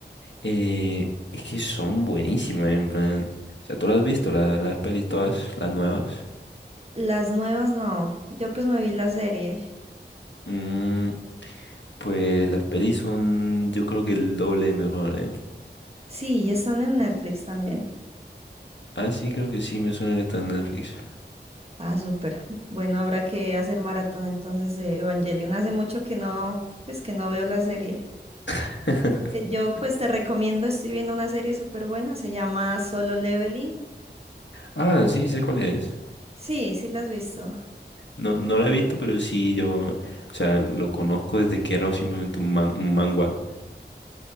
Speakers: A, on the left; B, on the right.
A: Eh, es que son buenísimas, en plan. O sea, tú las has visto, la- las pelis todas, las nuevas.
B: Las nuevas no. Yo pues me vi la serie.
A: Mm, pues las pelis son, yo creo que el doble de mejor, ¿eh?
B: Sí, y están en Netflix también.
A: Ah, sí, creo que sí, me suena que está en Netflix.
B: Ah, súper. Bueno, habrá que hacer maratón entonces de Evangelion. Hace mucho que no, pues que no veo la serie.
A: <laughs>
B: Eh, yo pues te recomiendo, estoy viendo una serie súper buena, se llama Solo Leveling.
A: Ah, sí, sé cuál es.
B: Sí, sí la has visto.
A: No, no la he visto, pero sí, yo, o sea, lo conozco desde que era simplemente un man, un manga.